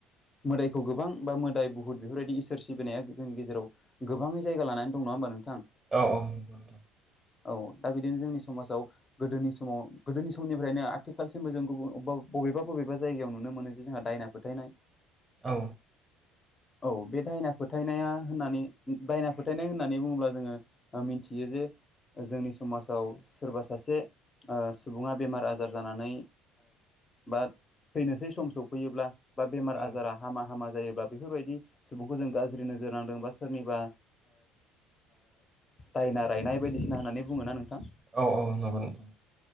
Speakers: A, on the left; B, on the right.
A: मोदायखौ गोबां बा मोदाय बुहुत बेफोरबायदि इसोर सिबिनाया जोंनि गेजेराव गोबाङै जायगा लानानै। दङ होबा नोंथां।
B: औ औ नोंगौ नोंथां।
A: औ। दा बिदिनो जोंनि समाजाव गोदोनि समाव गोदोनि समनिफ्रायनो आथिखालसिमबो जों गुबुन बबेबा बबेबा। बबेबा जायगायाव नुनो मोनो जे जोंहा दायना फोथायनाय।
B: औ।
A: <inaudible> औ बे दायना फोथायनाया होननानै दायना फोथायनाय होननानै बुङोब्ला जोङो मिथियो जे जोंनि समाजाव सोरबा सासे सुबुङा बेमार आजार जानानै बा थैनोसै सम सफैयोब्ला बा बेमार
B: औ
A: आजारा हामा हामा जायोब्ला बेफोरबायदि सुबुंखौ जों गाज्रि नोजोर नांदों बा सोरनिबा दायना रायनाय बायदिसिना होननानै। बुङोना नोंथां
B: औ औ नगौ नोंथां।